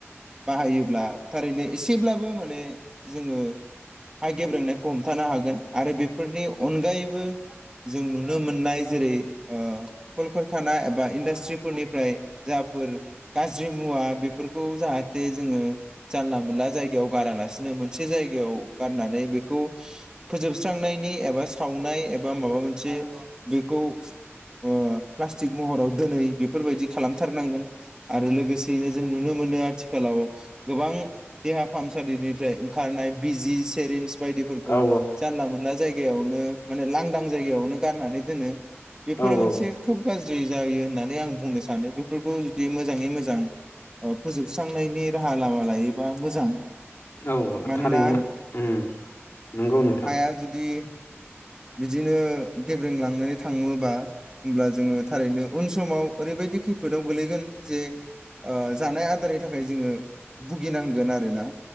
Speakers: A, on the right; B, on the left.
A: <unintelligible> बाहायोब्ला थारैनो एसेब्लाबो माने जोङो हा गेब्रेंनायखौ हमथानो हागोन आरो बेफोरनि अनगायैबो जों नुनो मोननाय जेरै ओ कलकारखाना एबा इनदास्ट्रि मट्रिफोरनिफ्राय जाफोर गाज्रि मुवा बेफोरखौ जाहाथे जोङो जानला मोनला जायगायाव गारालासिनो मोनसे जायगायाव गारनानै बेखौ फोजोबस्रांनायनि एबा सावनाय एबा माबा मोनसे बेखौ ओ प्लास्टिक महराव दोनै बेफोरबायदि खालामथारनांगोन आरो लोगोसे जों नुनो मोनो आथिखालाव गोबां देहा फाहामसालिनिफ्राय ओंखारनाय बिजि सेरन्स बायदिफोरखौ
B: औ
A: जानला मोनला जायगा जायगायावनो माने लांदां जायगायावनो गारनानै दोनो बेफोरो
B: औ
A: मोनसे
B: औ
A: खोब गाज्रि जायो होननानै आं बुं बुंनो सानो बेफोरखौ जुदि मोजाङै मोजां ओ फोजोबस्रांनायनि राहा लामा लायोबा मोजां
B: औ
A: मानोना
B: थारैनो नंगौ नोंथां
A: हाया जुदि बिदिनो गेब्रें लांनानै थाङोबा होमब्ला जोङो थारैनो उन समाव ओरैबायदि खैफोदाव गोल्लैगोन जे ओ जानाय आदारनि थाखाय जोङो भुगिनांगोन आरोना